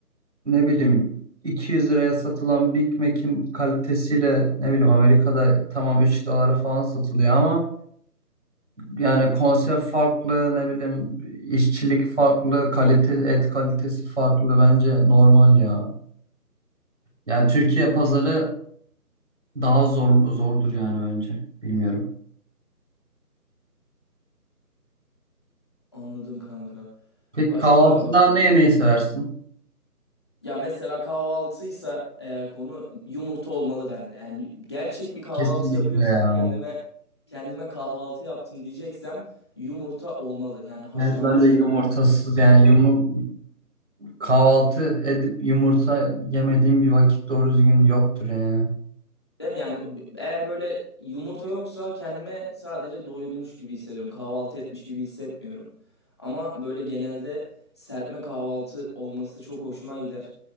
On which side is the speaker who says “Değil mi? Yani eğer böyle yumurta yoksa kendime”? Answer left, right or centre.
Left